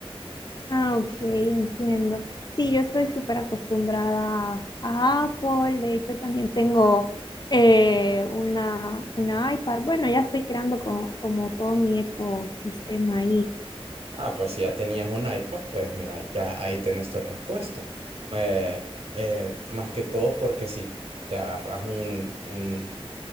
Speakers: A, on the left; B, on the right.
A: Ah, ok, entiendo. Sí, yo estoy súper acostumbrada a Apple. De hecho, también tengo eh, una, una iPad. Bueno, ya estoy creando co- como todo mi ecosistema ahí.
B: Ah, pues si ya tenías un iPad, pues mira, ya ahí tenés tu respuesta. Eh, eh, más que todo porque si te agarras un, un